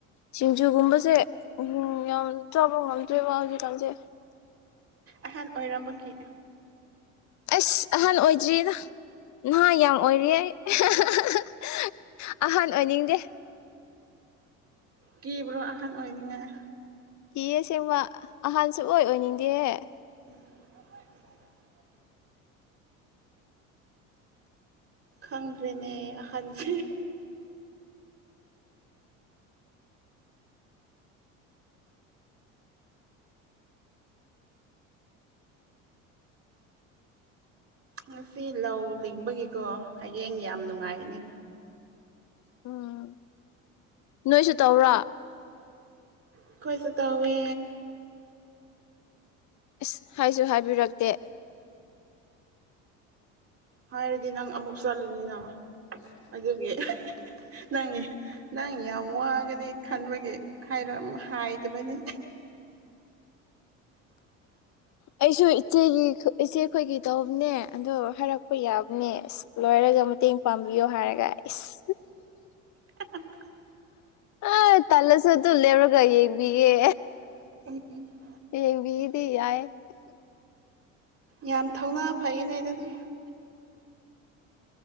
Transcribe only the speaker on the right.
ꯑꯍꯜ ꯑꯣꯏꯔꯝꯕꯒꯤ
ꯀꯤꯕ꯭ꯔꯣ ꯑꯍꯟ ꯑꯣꯏꯅꯤꯡꯉ‌ꯦ
ꯎꯝ <unintelligible> ꯈꯪꯗ꯭ꯔꯦꯅꯦ ꯑꯍꯟꯁꯦ ꯉꯁꯤ ꯂꯧ ꯂꯤꯡꯕꯒꯤꯀꯣ ꯍꯌꯦꯡ ꯌꯥꯝ ꯅꯨꯡꯉꯥꯏꯒꯅꯤ
ꯑꯩꯈꯣꯏꯁꯨ ꯇꯧꯋꯦ
ꯍꯥꯏꯔꯗꯤ ꯅꯪ ꯑꯃꯨꯛ ꯆꯠꯂꯨꯅꯤꯅ ꯑꯗꯨꯒꯤ ꯅꯪꯏ ꯅꯪ ꯌꯥꯝ ꯋꯥꯒꯅꯤ ꯈꯟꯕꯒꯤ ꯍꯥꯏꯔꯝ ꯍꯥꯏꯗꯕꯅꯦ <inaudible>
ꯍꯥ ꯍꯥ ꯍꯥ
<unintelligible>
ꯌꯥꯝ ꯊꯧꯅꯥ ꯐꯩꯅꯦ ꯑꯗꯨꯗꯤ